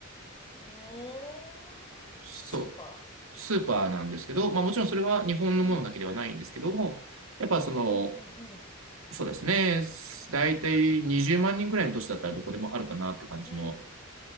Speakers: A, on the left; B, on the right.
A: ーん。
B: そう、
A: ス、スーパ
B: スーパーなんですけど、まあもちろんそれは日本のものだけではないんですけども、
A: ー。うん。
B: やっぱその、
A: うんうんうん
B: そうですね、大体20万人ぐらいの都市だったらどこでもあるかなって感じの
A: うん。うん。